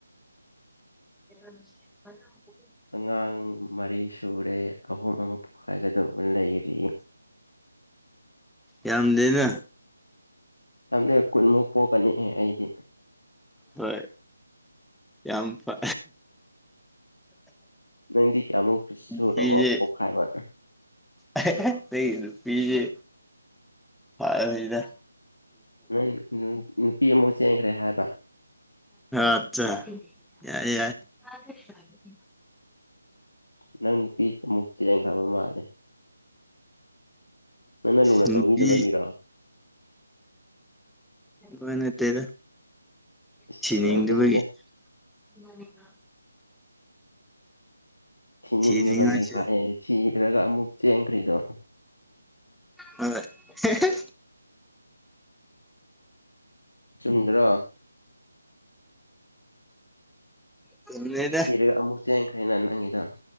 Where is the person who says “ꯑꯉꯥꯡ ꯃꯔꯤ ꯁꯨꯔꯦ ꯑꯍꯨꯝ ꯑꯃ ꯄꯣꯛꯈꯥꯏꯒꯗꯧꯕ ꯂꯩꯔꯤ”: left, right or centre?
Left